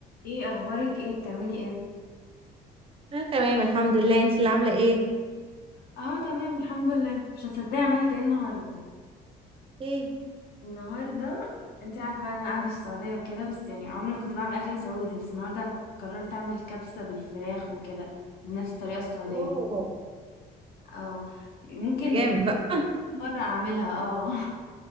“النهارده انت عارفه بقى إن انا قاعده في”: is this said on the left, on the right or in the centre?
Left